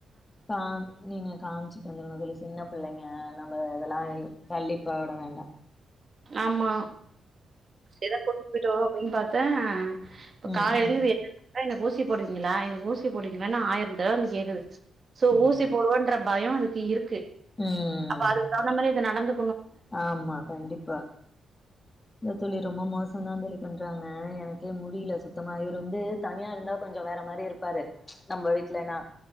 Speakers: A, on the left; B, on the right.
A: கா நீங்க காமுச்சுட்டு வந்துருங்க அதுல சின்ன புள்ளைங்க ந இதெல்லா தள்ளி போட வேண்டா
B: ஆமா எதோ கூட்டின் போய்ட்டோ அப்படின் பாத்தா இப்ப
A: ம்,
B: காலேயில்ருந்து
A: ம்,
B: என்ன க எனக்கு ஊசி போடுவீங்களா எனக்கு ஊசி போடுவீங்களான்னு ஆயிர தடவ வந்து கேக்குது சோ
A: ம்.
B: ஊசி போடுவன்ற பயோ அதுக்கு இருக்கு
A: ம்.
B: அப்ப அது இது நடந்து
A: ஆமா கண்டிப்பா இந்த துளி ரொம்ப மோசோ சுந்தாந்தலி பண்றாங்க எனக்கே முடியில சுத்தமா இவரு வந்து தனியா இருந்தா கொஞ்சோ வேற மாரி இருப்பாரு ச்சு நம்ம வீட்டுலன்னா